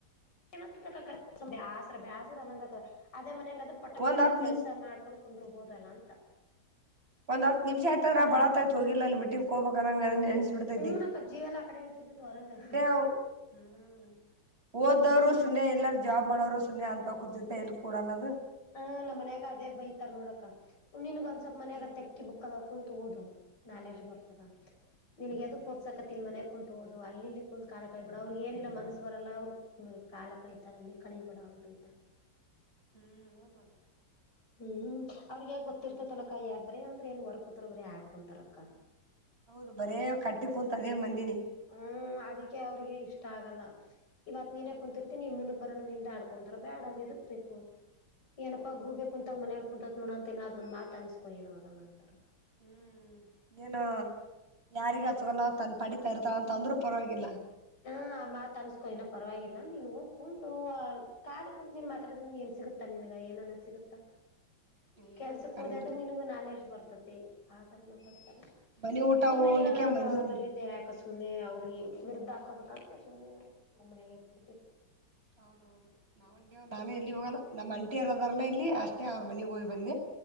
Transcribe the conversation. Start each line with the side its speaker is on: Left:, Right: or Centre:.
Left: <unintelligible> ಏನ ಬಾಸ್ರ ಬ್ಯಾಸ್ರ ಅನ್ನಂಗತದ. ಅದೇ ಮನಾಗ ಅಂದ್ರೇ ಪಟ ಪಟ
Right: ಒಂದ್
Left: ಪಟ
Right: ಹತ್
Left: ಕೆಲ್ಸ
Right: ನಿಮಿಷ
Left: ಮಾಡ್ಕೊಂಡು ಕುಂದರ್ಬೋದಲ್ಲ ಅಂತ.
Right: ಒಂದ್ ಹತ್ ನಿಮಷ ಆಯ್ತಂದ್ರ ಆ ಬಾಳ ಹೊತ್ತು ಆಯ್ತಾ ಹೋಗಿಲ್ಲ ಅಲ್ಲಿ ಮೀಟಿಂಗಿಗೆ ಹೋಗಬೇಕಕ್ಂಗ <unintelligible> ಡದ
Left: ಹ್ಮ್
Right: ಇದ್ದ
Left: ನಕ್ಕ ಜೀವ ಎಲ್ಲ ಆ ಕಡೆ ಹೇಳ್ತಿರ್ತೈತ್ ಹೊರಗ
Right: ಸುಮ್ನೇ ಹ್ಮ. ಓದವ್ರು
Left: ಹ್ಮ್
Right: ಸುಮ್ಮನೆ ಎಲ್ಲಾರ ಜಾಬ್ ಮಾಡೋರು ಸುಮ್ಮನೆ ಅಂತ ಕುುದೊತೆ ಎಲ್ ಕೂಡನದು.
Left: ಹ ನಮ್ಮ್ ಮನ್ಯಾಗ ಅದೇ ಬೈತಾರ ನೋಡಕ ನಿನ್ಗ ಒಂದ ಸ್ವಲ್ಪ ಮನ್ಯಾಗ
Right: ಹ್ಮ್
Left: ತೆಕ್ಕಿ ಬುಕ್ಕ. ಕುಂತ್ ಓದು ನಾಲೆಜ್ ಬರ್ತದ. ನಿನಗ್ ಅದಕ್ ಓದ್ಸಕತ್ತಿನ ಮನೆಗ್ ಕುಂತ್ ಓದು ಅ ಇಲ್ಲಿ ಇಲ್ಲಿ ಕುಂತ್ ಕಾಲ ಕಳಿ ಬಿಡ ಅವ್ರಿ ಏನಿಲ್ಲ ಮನಸ್ಸ ಬರಲ್ಲ ಅವ್ರ ಕಾಲ ಕಳಿತಾರ ಅಲ್ಲಿ ಕಲೀಬೇಡ ಅಂತ ಆಯ್ತೆ
Right: ಹ್ಮ್ ಹೌದ್ ಮತ್
Left: ಹ್ಮ್ ಅವ್ರಗಗ್ ಗೊತ್ತಿರ್ತತಲಕ್ಕ
Right: ಹ್ಮ್.
Left: ಯ ಬ್ರೀ ಅಂದ್ರ ಏನ್ ಹೊರ್ ಕುೂತ್ರ ಅಂದ್ರೆ ಆಡ್ಕೊಂತಾರಕ್ಕ
Right: ಹೌದು ಬರೇ ಕಟ್ಟಿ ಕುಂತ ಅದೇ ಮಂದಿನಿ
Left: ಹ್ಮ್ ಅದಕ್ಕೆ ಅವ್ರಿಗೆ ಇಷ್ಟ ಆಗಲ್ಲ ಇವತ್ ನೀನೇ
Right: ಹೌದ್
Left: ಕುತಿರ್ತೀನಿ ಮುಂದ ಬರೋಣ ನಿಂದ ಆಡ್ಕೊಂತಾರ ಬ್ಯಾಡ ಅದು ಎದಕ್ ಬೇಕು ಏನಪ್ಪಾ
Right: ಹೌದೌದು
Left: ಗೂಬೆ ಕುಂತಂಗ ಮನೆ ಕುಂತತ್ ನೋಡ ಮತ್ತ ಅದೊಂದು ಮಾತ ಅನ್ಸ್ಕೊಏನು ಆಗಲ್ಲ ಅಂತ
Right: ಹ್ಮ್ ಏನು ಯಾರಿಗ ತನ್ ಪಡಿತಾ ಇರ್ತಾರ ಅಂತ ಅಂದ್ರರು ಪರವಾಗಿಲ್ಲ
Left: ಹಾ ಆ ಮಾತ್ ಅನ್ಸ್ಕೋ ಇನ ಪರವಾಗಿಲ್ಲಾ ನೀನ್ ಕುಂತು ಕಾಲಿ ಕುಂತು ನಿನ್ ಮಾತ್ರದಿಂದ ಏನ್ ಸಿಗುತ್ತಾ ನನ್ಗ ಏನನ್ನ ಸಿಗುತ್ತಾ
Right: ಏನಿಲ್ಲ
Left: ಕೆಲ್ಸಕ್
Right: ಕರೆನೆ.
Left: ಹೋದೆ ಅಂದ್ರೆ ನಿನಗ ನಾಲೆಜ್ ಬರ್ತತಿ ಆತರ ಮಾತಾಡ್ತಾರ
Right: ಮನಿ ಊಟ
Left: ಸುಮ್ನೆ
Right: ಉಂಡಕೆ
Left: ಈಗ ನಾವು
Right: ಬಂದಿದ್ನಿ.
Left: ಅದ್ರಲ್ಲ ಇದಿದ್ದೆ ಯಾಕ ಸುಮ್ಮನೆ ಅವ್ರಿಗೆ ವಿರುದ್ದ ಆಗಬೇಕು ಅಂತ ಸುಮ್ನೆ ಮನೆಗೆ ಇದ್ದುಬಿಡ್ತಿವಿ
Right: ಹೌದೌದು ನಾನು ಎಲ್ಲಿ ಹೋಗಲ್ಲ ನಮ್ಮ ಅಂಟಿ ಯಾರ ಅದ್ರಲ್ಲಾ ಇಲ್ಲಿ ಅಷ್ಟೇ ಅವ್ರ ಮನೆಗ್ ಹೋಗ್ ಬಂದೆ